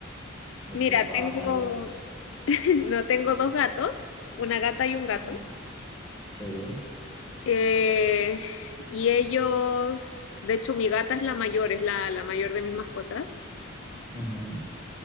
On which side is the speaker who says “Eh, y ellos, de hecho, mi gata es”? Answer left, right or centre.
Left